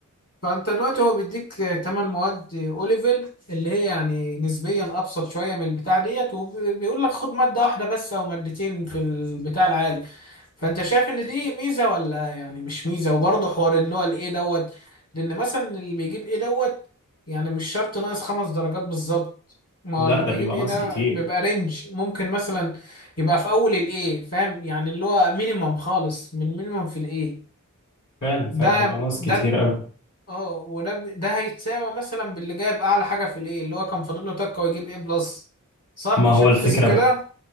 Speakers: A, on the left (about 50°); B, on the left (about 65°).
A: فانت دلوقتي هو بيديك 8 مواد اوليفل اللي هي يعني نسبيا ابسط شويه من البتاع ديت وبيقول لك خد ماده واحده بس او مادتين في البتاع العالي فانت شايف ان دي ميزه ولا يعني مش ميزه وبرضه حوار اللي هو الايه دوت لان مثلا اللي بيجيب ايه دوت يعني مش شرط ناقص خمس درجات بالظبط ما
B: لا
A: هو اللي بيجيب
B: ده بيبقى
A: ايه
B: ناقص
A: ده
B: كتير
A: بيبقى رينج ممكن مثلا يبقى في اول الايه فاهم يعني اللي هو مينيمم خالص من مينيمم في الايه
B: فعلا فعلا
A: ده
B: بيبقى ناقص
A: ده
B: كتير قوي
A: اه وده ب- ده هيتساوى مثلا باللي جايب اعلى حاجه في الايه اللي هو كان فاضل له تكه ويجيب ايه بلس صح
B: ما
A: مش
B: هو
A: هتتحسب
B: الفكره
A: كده